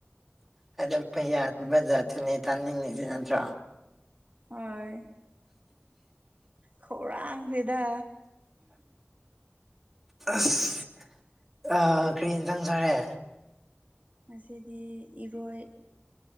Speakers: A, in the centre; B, on the right.
A: ꯍꯥꯏꯗ‌ꯧꯛꯄ ꯌꯥꯗꯕ ꯖꯥꯠꯇꯨꯅꯦ ꯇꯥꯅꯤꯡꯉꯤꯁꯤ ꯅꯠꯇ꯭ꯔꯣ
B: ꯍꯣꯏ ꯈꯧꯔꯥꯡꯈ꯭ꯔ‌ꯦꯗ
A: ꯑꯁ ꯀꯔꯤ ꯏꯟꯖꯥꯡ ꯆꯥꯔꯦ
B: ꯉꯁꯤꯗꯤ ꯏꯔꯣꯏ